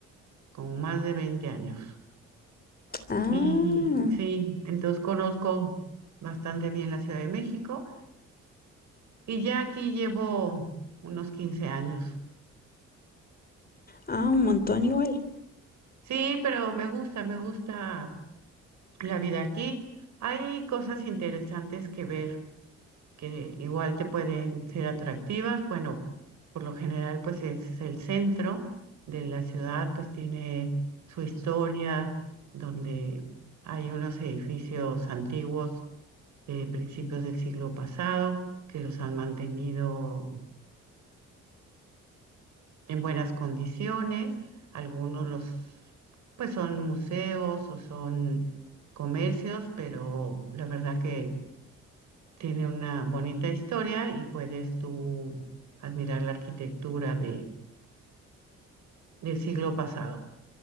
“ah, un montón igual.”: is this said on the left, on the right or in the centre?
Left